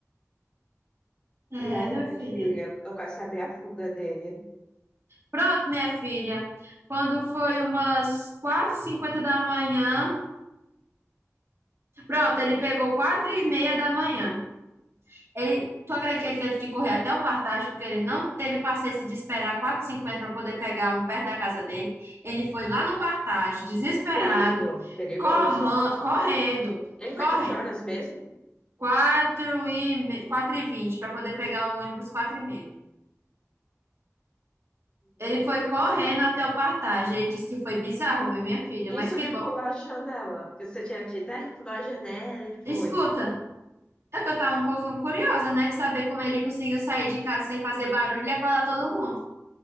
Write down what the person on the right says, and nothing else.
É,
minha
filha.
Pronto, minha filha. Quando foi umas quatro e cinquenta da manhã. Pronto, ele pegou quatro e meia da manhã. Ele, tu acredita que ele teve que correr até o Partage, porque ele não teve paciência de esperar quatro e cinquenta para poder pegar um perto da casa dele. Ele foi lá no Partage, desesperado,
corran- correndo,
correndo.
quatro e me- quatro e vinte para poder pegar o ônibus quatro e meia.
Ele foi
correndo até o Partage. Ele disse que foi bizarro, viu, minha filha?
Mas que
bom
Escuta, é que eu tava um pouquinho curiosa, né, de saber como ele conseguiu sair de casa sem fazer barulho e acordar todo mundo.